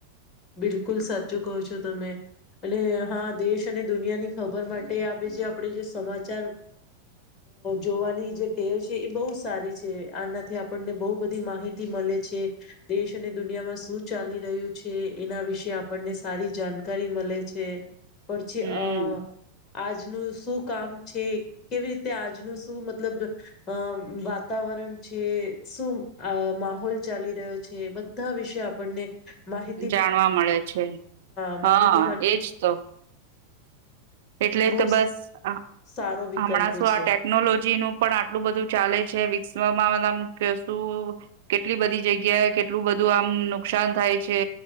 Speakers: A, on the left; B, on the right.
A: બિલકુલ સાચું કહો છો. તમે અને હા દેશ અને દુનિયાની ખબર માટે આ જે આપણે જે સમાચાર જોવાની જે ટેવ છે. એ બહુ સારી છે. આનાથી આપણને બહુ બધી માહિતી મળે છે દેશ અને દુનિયામાં શું ચાલી રહ્યું છે એના વિશે આપણને સારી જાનકારી મલે છે. પડછી
B: હમ
A: અ આજ. આજનું શું કામ છે. કેવી રીતે આજનું શું મતલબ વાતાવરણ છે. શું માહોલ ચાલી રહ્યો છે. બધા વિશે આપણને માહિત
B: જાણવા મળે છે,
A: માહિતી
B: હા
A: માટે
B: એજ તો. એટલે
A: બહુ
B: તો બસ હમણાં
A: સારો વિકલ્પ
B: શું
A: છે
B: આ ટેકનોલોજી નું પણ આટલું બધું ચાલે છે વિકા <inaudible> કશું કેટલી બધી જગ્યાએ કેટલું બધું આમ નુકસાન થાય છે,